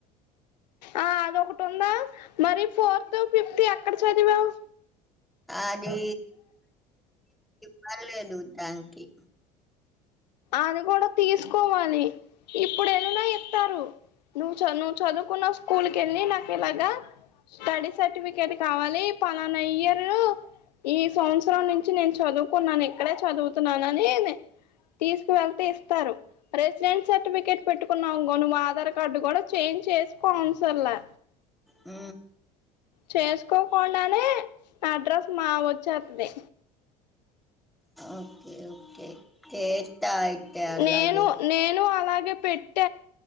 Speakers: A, on the left (about 80°); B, in the centre.
A: ఆ అదొకటి ఉందా మరి ఫోర్త్ ఫిఫ్త్ ఎక్కడ చదివావ్
B: అది పర్లేదు దానికి
A: అది కూడా తీసుకోవాలి ఇప్పుడు వెళ్నా ఇస్తారు నువ్వు చ నువ్వు చదువుకున్న స్కూల్కి వెళ్ళి నాకు ఇలాగా స్టడీ సర్టిఫికేట్ కావాలి పలానా ఇయర్ ఈ సంవత్సరం నుంచి నేను చదువుకున్నాను ఎక్కడే చదువుతున్నాన అని తీసుకు వెళ్తే ఇస్తారు రెసిడెన్ట్ సర్టిఫికేట్ పెట్టుకున్నావుకో నువ్వు ఆధార్ కార్డు కూడా చేంజ్ చేసికోన్సర్లా
B: ఆ
A: చేసుకోకుండానే అడ్రస్ మా వచ్చేత్ ది
B: ఓకే ఓకే తేత అయితే అలాగే
A: నేను నేను అలాగే పెట్ట